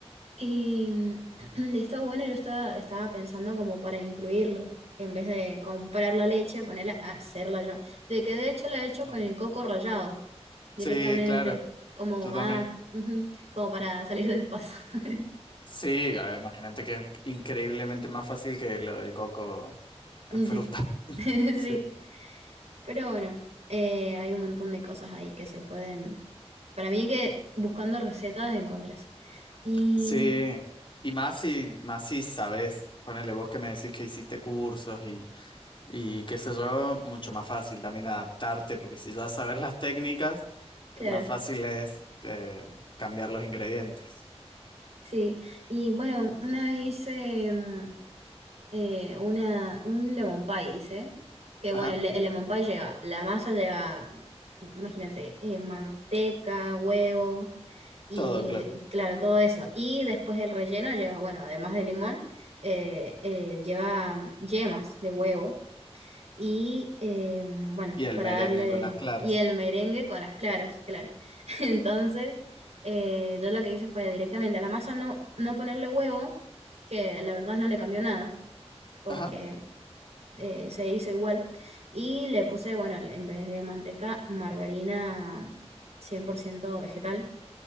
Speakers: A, on the right (about 70°); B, on the left (about 45°).
A: y mm, <clears throat> está bueno, yo estaba, estaba pensando como para incluirlo, en vez de comprar la leche, ponerla hacerla yo. De que de hecho la he hecho
B: Mm.
A: con el coco rallado, directamente,
B: Sí, claro.
A: como
B: Yo
A: más,
B: también.
A: ujú, como para salir del paso. <laughs>
B: Sí, ah, imagínate que es increíblemente más fácil que lo del coco en
A: Sí,
B: fruta.
A: <laughs>
B: <laughs>
A: sí,
B: Sí.
A: pero bueno, eh, hay un montón de cosas ahí que se pueden, para mí que buscando recetas encontrás. Y
B: Sí. Y más si, más si sabes, ponele vos que me decís que hiciste cursos y Y qué sé yo, mucho más fácil también adaptarte, porque si ya sabes las técnicas,
A: claro,
B: más fácil es eh, cambiar los ingredientes.
A: Sí, y bueno, una vez hice mm, eh, una, un lemon pie, hice, que bueno,
B: Ajá,
A: el, el lemon pie lleva, la masa lleva, mm, imagínate, eh, manteca, huevo y
B: todo claro.
A: claro, todo eso. Y después el relleno lleva, bueno, además de limón, eh, eh, lleva mm, yemas de huevo y eh, bueno,
B: Y el
A: para
B: merengue
A: darle,
B: con las claras.
A: y el merengue con las claras, claro. <laughs> Entonces, eh, yo lo que hice fue directamente a la masa no, no ponerle huevo, que la verdad no le cambió nada, porque
B: Ajá,
A: eh, se hizo igual, y le puse, bueno, en vez de manteca, margarina 100% vegetal